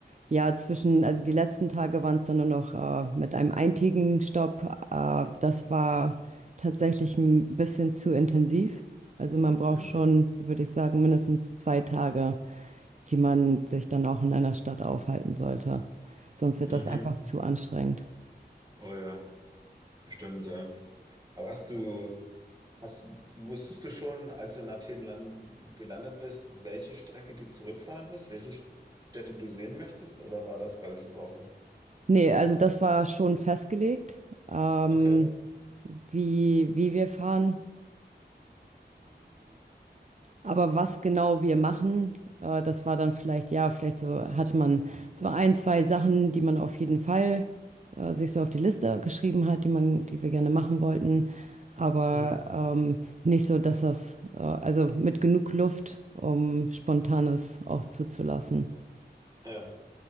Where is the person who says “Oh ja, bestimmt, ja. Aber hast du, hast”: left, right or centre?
Right